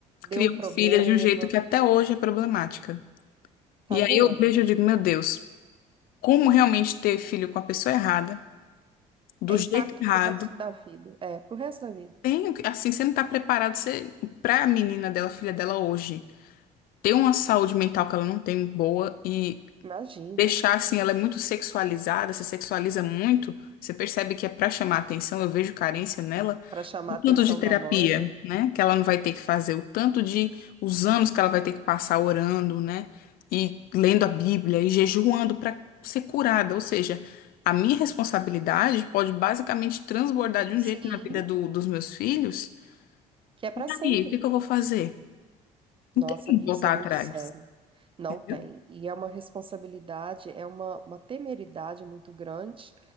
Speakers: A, on the left; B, on the right.
A: Criou
B: Deu problema,
A: filha de um jeito que até hoje é problemática.
B: tá
A: E
B: vendo?
A: aí eu vejo e digo, meu Deus, como realmente ter filho com a pessoa errada, do
B: É impacto
A: jeito errado?
B: pro resto da vida. É, pro resto da vida.
A: Tem, assim, você não tá preparado você, pra menina dela, filha dela hoje, ter uma saúde mental que ela não tem boa e
B: Imagino.
A: deixar assim, ela é muito sexualizada, se sexualiza muito, você percebe que é pra chamar atenção, eu vejo carência nela.
B: Pra chamar
A: O
B: a
A: tanto
B: atenção
A: de terapia,
B: da mãe, né?
A: né? Que ela não vai ter que fazer, o tanto de os anos que ela vai ter que passar orando, né? E lendo a Bíblia e jejuando para ser curada. Ou seja, a minha responsabilidade pode basicamente transbordar de
B: Sim,
A: um jeito na vida do- dos meus filhos.
B: que é pra
A: E
B: sempre.
A: aí, o que que eu vou fazer? Não
B: Nossa,
A: tem que
B: amigo,
A: voltar
B: isso é muito
A: atrás,
B: sério. Não
A: entendeu?
B: tem. E é uma responsabilidade, é uma, uma temeridade muito grande,